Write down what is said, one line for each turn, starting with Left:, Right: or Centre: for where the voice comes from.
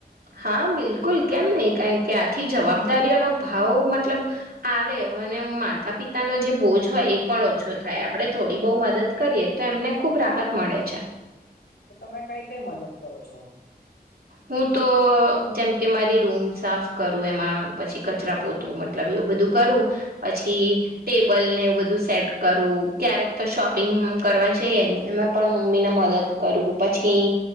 Right: હા બિલકુલ કેમ નહી કારણ કે આખી જવાબદારીઓનો ભાવ મતલબ આવે અને માતા પિતાનો જે બોજ હોય એ પણ ઓછો થાય આપણે થોડી બહુ મદદ કરીએ તો એમને ખુબ રાહત મળે છે.
Left: તો તમે કઈ કઈ મદદ કરો છો.
Right: હું તો જેમ કે મારી રૂમ સાફ કરું એમા પછી કચરા પોતુ મતલબ એવુ બધુ કરું. પછી ટેબલ ને એવું બધુ સેટ કરું. ક્યારેક તો શોપિંગ કરવા જઈએને એમા પણ મમ્મી ને મદદ કરું પછી